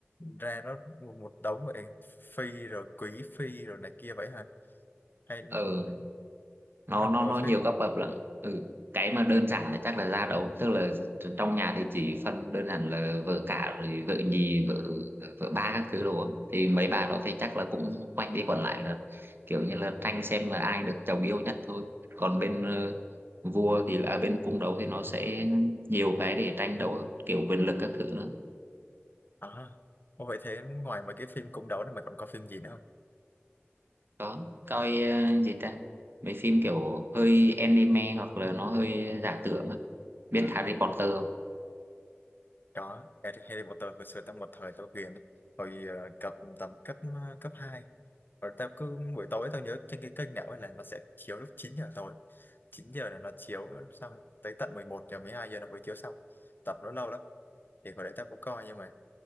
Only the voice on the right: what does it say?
ừ nó
nó
nó nhiều
cấp bậc lắm ừ cái mà đơn giản thì chắc là gia đấu tức là trong nhà thì chỉ phân đơn giản là vợ cả rồi vợ nhì vợ vợ ba các thứ đồ á. thì mấy bà đó thì chắc là cũng quanh đi quẩn lại là kiểu như là tranh xem là ai được chồng yêu nhất thôi còn bên ờ, vua thì là à, bên cung đấu thì nó sẽ nhiều cái để tranh đấu kiểu quyền lực các thứ nữa
có coi ờ, gì ta mấy phim kiểu hơi anime hoặc là nó hơi giả tưởng á. biết Harry Potter không